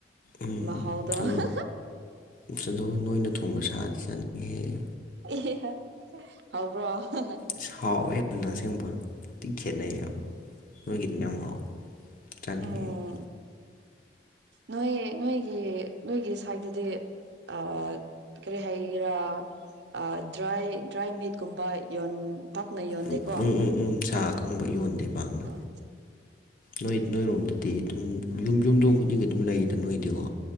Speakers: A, on the left; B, on the right.
A: ꯎꯝ
B: ꯃꯍꯥꯎꯗꯣ <unintelligible>
A: ꯑꯗꯣ ꯑꯁ ꯑꯗꯣ ꯅꯣꯏꯅ ꯊꯣꯡꯕ ꯁꯥꯗꯤ ꯆꯥꯅꯤꯡꯉꯦꯍꯦ
B: <unintelligible> ꯍꯥꯎꯕ꯭ꯔꯣ <unintelligible>
A: ꯏꯁ ꯍꯥꯎꯋꯦ ꯌꯥꯝꯅ ꯑꯁꯦꯡꯕ ꯊꯤ ꯈꯦꯠꯅꯩꯌꯦꯕ ꯅꯣꯏꯒꯤꯗꯨꯅ ꯌꯥꯝ ꯍꯥꯎꯋꯦ ꯆꯥꯅꯤꯡꯉꯛꯑꯦ
B: ꯎꯝ ꯅꯣꯏ ꯅꯣꯏꯒꯤ ꯅꯣꯏꯒꯤ ꯁꯥꯏꯗꯗꯤ ꯑꯥ ꯀꯔꯤ ꯍꯥꯏꯒꯦꯔꯥ ꯑꯥ ꯗ꯭ꯔꯥꯏ ꯗ꯭ꯔꯥꯏ ꯃꯤꯠꯀꯨꯝꯕ ꯌꯣꯟ ꯄꯥꯛꯅ ꯌꯣꯟꯗꯦꯀꯣ
A: ꯎꯝ ꯎꯝ ꯎꯝ ꯎꯝ ꯁꯥ ꯑꯀꯪꯕ ꯌꯣꯟꯗꯦ ꯄꯥꯛꯅ
B: <unintelligible>
A: ꯅꯣꯏ ꯅꯣꯏꯔꯣꯝꯗꯗꯤ ꯗꯨꯝ ꯌꯨꯝ ꯌꯨꯝꯗꯣꯡ ꯈꯨꯗꯤꯡꯒꯤ ꯑꯗꯨꯝ ꯂꯩꯗ ꯅꯣꯏꯗꯤꯀꯣ